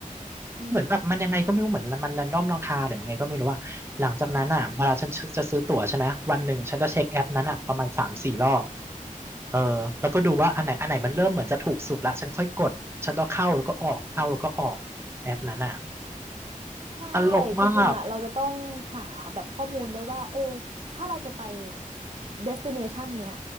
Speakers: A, on the right; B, on the right.
A: อืม
B: เหมือนแบบมันยังไงก็ไม่รู้เหมือนมันแรนดอมราคาหรือยังไงก็ไม่รู้ว่าหลังจากนั้นอ่ะเวลาฉันจะซื้อตั๋วใช่ไหมวันหนึ่งฉันจะเช็คแอปนั้นอ่ะประมาณสามสี่รอบเออแล้วก็ดูว่าอันไหนอันไหนมันเริ่มเหมือนจะถูกสุดละฉันค่อยกดฉันก็เข้าแล้วก็ออกเข้าแล้วก็ออกแอปนั้นอ่ะ
A: ใช่
B: ตลกมาก
A: จริงๆอ่ะเราจะต้องหาแบบข้อมูลด้วยว่าเออถ้าเราจะไป destination เนี้ย